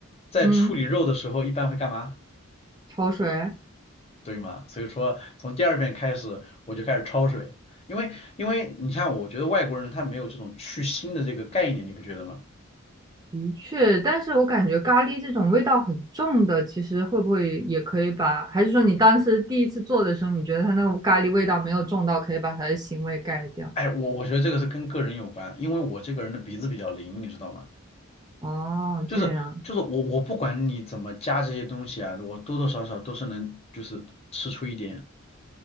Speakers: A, on the left; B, on the right.
A: 在处理肉的时候一般会干嘛？
B: 嗯，焯水，
A: 对吗？所以说从第二遍开始我就开始焯水，因为因为你看，我觉得外国人他没有这种去腥的这个概念，你不觉得吗？
B: 的确，但是我感觉咖喱这种味道很重的，其实会不会也可以把？还是说你当时第一次做的时候，你觉得它那个咖喱味道没有重到，可以把它的腥味盖掉？
A: 哎，我我觉得这个是跟个人有关，因为我这个人的鼻子比较灵，你知道吗？
B: 哦，
A: 就是就是我我不管你怎么加这些东西啊，
B: 这样
A: 我多多少少都是能就是吃出一点